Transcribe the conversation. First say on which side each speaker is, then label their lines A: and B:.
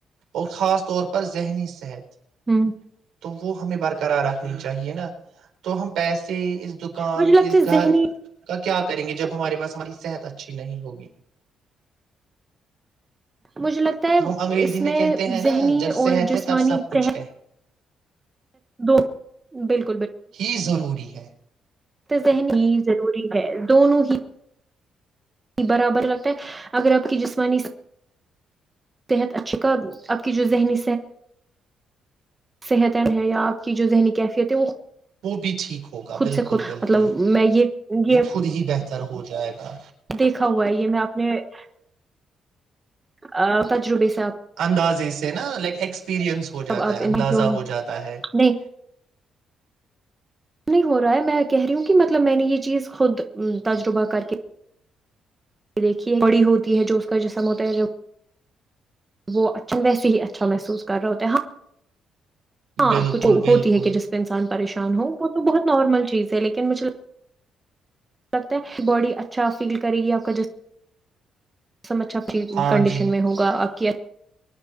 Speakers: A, on the right; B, on the right.
A: اور خاص طور پر ذہنی صحت <unintelligible>
B: ہاں <unintelligible>
A: تو وہ ہمیں بار <unintelligible> قرار رکھنی چاہیے نا <unintelligible> تو ہم <unintelligible> پیسے اس دکان
B: مجھے لگتا
A: اس
B: ہے
A: گھر
B: ذہنی
A: کا کیا کریں گے جب ہمارے پاس ہماری صحت اچھی نہیں ہوگی <unintelligible>
B: مجھے لگتا ہے
A: وہ ہم انگریزی
B: اس میں
A: کہتے ہیں نا
B: ذہنی
A: جب صحت
B: اور جسمانی
A: ہے تب سب
B: ا
A: کچھ
B: تحت
A: ہے
B: دو بالکل <unintelligible>
A: ہی ضروری ہے
B: تو ذہن ہی ضروری ہے دونوں ہی برابر لگتا ہے اگر آپ کی جسمانی صحت اچھی کاا آپ کی جو ذہنی صحت ہے یا آپ کی جو ذہنی کیفیت ہے وہ <unintelligible>
A: وہ بھی ٹھیک ہوگا
B: خود
A: بالکل
B: سے خود
A: بالکل
B: مطلب میں یہ یہ
A: وہ خود ہی بہتر ہو <unintelligible> گا
B: دیکھا ہوا ہے یہ میں آپ نے <unintelligible> ا تجرب <inaudible>
A: اندازے سے نا لائک ایکسپیرئنس ہو
B: جب
A: جاتا
B: آپ
A: ہے اندازہ
B: جو
A: ہو جاتا ہے <unintelligible>
B: نہیں نہیں ہو رہا ہے میں کہہ رہی ہوں کہ مطلب میں نے یہ چیز خود تجربہ کر کے <unintelligible> دیکھیے بڑی ہوتی ہے جو اس کا جسم ہوتا ہے جب وہ اچا ویسے ہی اچھا محسوس کر رہے ہوتا ہیں ہاں ہاں
A: بالکل
B: آپ کو تو
A: بالکل
B: ہوتی ہے کہ جس پہ انسان <unintelligible> پریشان ہوں وہ تو بہت نارمل چیز ہے لیکن مجھے <unintelligible> لگتا ہے باڈی اچھا فیل کرے گی آپ کا جسم <unintelligible> سم اچھا فری
A: ہاں
B: کنڈیشن
A: جی
B: میں ہوگا آپ کی <unintelligible>